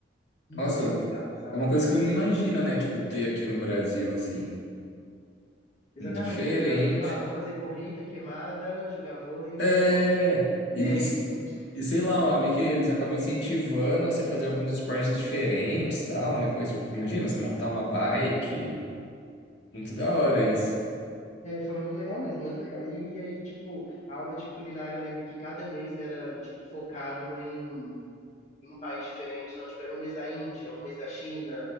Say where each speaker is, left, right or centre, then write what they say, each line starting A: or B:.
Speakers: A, on the left; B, on the left.
A: Nossa,
B: inexplicável, sabe?
A: é uma coisa que você não imagina, né, tipo, ter aqui no Brasil, assim,
B: Exatamente,
A: muito diferente.
B: aqui no Brasil é tipo, ah, vamos fazer corrida, queimada, jogar vôlei e
A: É,
B: futebol. E
A: e,
B: é
A: e,
B: isso.
A: e sei lá, lá meio que eles acabam incentivando a você fazer alguns esportes diferentes, tal, né, coisa, tipo, imagina, você montar uma bike... Muito da hora isso.
B: É, foi muito legal mesmo, muito legal. E, aí, tipo, a aula de culinária, eu lembro que cada mês era, tipo, focado em em um país diferente. Então, tipo, era um mês da Índia, um mês da China.